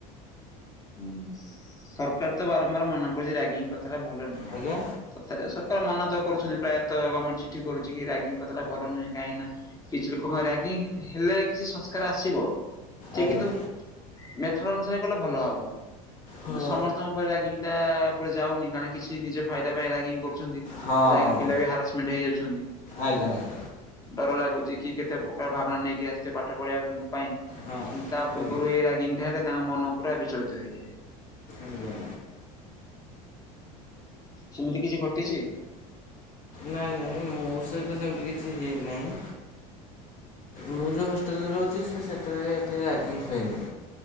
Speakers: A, on the left (about 20°); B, on the left (about 50°).
A: ହୁଁ ସରକାର ତ ବାରମ୍ବାର ମନା କରୁଚି ରାଙ୍ଗିଗ କଥା ଟା ଭଲ ନୁହେଁ।
B: ଆଜ୍ଞା
A: ତଥାପି ସତରେ ମନା ତ କରୁଛନ୍ତି ପ୍ରାୟତଃ ଗମେଣ୍ଟ ଚିଠି କରୁଛି କି ରାଙ୍ଗୀଗ କଥାଟା ଭଲ ନୁହେଁ କାହିଁକି ନା। କିଛି ଲୋକଙ୍କ ରାଙ୍ଗୀଗ ହେଲେ କିଛି ସଂସ୍କାର ଆସିବ। ଠିକ୍
B: ଆଜ୍ଞା
A: କିନ୍ତୁ ମେଥଡ୍ ଅନୁସାରେ କଲେ ଭଲ ହବ। କିନ୍ତୁ
B: ହଁ
A: ସମସ୍ତଙ୍କ ଉପରେ ରାଙ୍ଗୀଗ ଟା ପୁରା ଯାଉନି କାରଣ କିଛି ନିଜ ଫାଇଦା ପାଇଁ ରାଙ୍ଗୀଗ କରୁଛନ୍ତି।
B: ହଁ
A: ଯାହା କି ପିଲା ବି ହାରାସମେଣ୍ଟ ହେଇଯାଉଚନ୍ତି।
B: ଆଜ୍ଞା ଆଜ୍ଞା।
A: ଡର ଲାଗୁଛି କି କେତେ ପ୍ରକାର ଭାବନା ନେଇକି ଆସିଥିବେ ପାଠ ପଢିବା ପାଇଁ।
B: ହଁ
A: କିୁନ୍ତୁ ତା ପୂର୍ବରୁ
B: ଆଜ୍ଞା
A: ଏଇ ରାଙ୍ଗୀଗ ଟା ହେଲେ ତାଙ୍କ ମନ ପୁରା ବିଚଳିତ ହେଇଯାଏ।
B: ଆଜ୍ଞା
A: ସେମିତି କିଛି ଘଟିଛି।
B: ନାଇଁ ନାଇଁ ମୋ ସହିତ ସେମିତି କିଛି ହେଇନାହିଁ। ମୁଁ ଯଉ ହଷ୍ଟେଲରେ ରହୁଛି ସେ ସେଠାରେ ଏତେ ରାଙ୍ଗୀଗ ହୁଏନି।